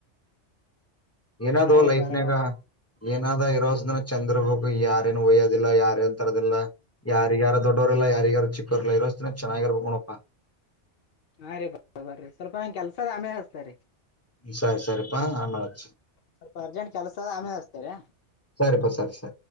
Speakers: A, on the left; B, on the left.
A: ಏನಾದ
B: ಹಾ ರೀ
A: ಲೈಫನ್ಯಾಗ
B: ಬರಬರ್ರಿ
A: ಏನಾದ ಇರೋಸ ದಿನ ಚೆಂದ ಇರ್ಬೇಕು ಯಾರೇನ್ ಒಯ್ಯೋದಿಲ್ಲ ಯಾರೇನ್ ತರದಲ್ಲ ಯಾರಿಗಾರ ದೊಡ್ಡೋರ್ಲ್ಲ ಯಾರಿಗ್ಯಾರು ಚಿಕ್ಕೋರ್ಲ್ಲಾ ಇರೋ ದಿನ ಚೆನ್ನಾಗಿರ್ಬೇಕ ನೋಡಪ್ಪ
B: ಹಾ ರೀ ಬರೋ ಬರಿ ಸ್ವಲ್ಪ ನನಗ ಕೆಲಸ ಅದ ಆಮೇಲ್ ಅಚ್ಚತಾ ರೀ
A: ಸರಿ ಸರಿಪ್ಪಾ ಅಮೆಲಿ ಅಚ್ಚು
B: ಸ್ವಲ್ಪ ಅರ್ಜೆಂಟ್ ಕೆಲಸ ಅದ ಅಮೆಗಾ ಅಚ್ಚತಾರಿ <inaudible>
A: ಸರಿಪಾ ಸರಿ ಸರಿ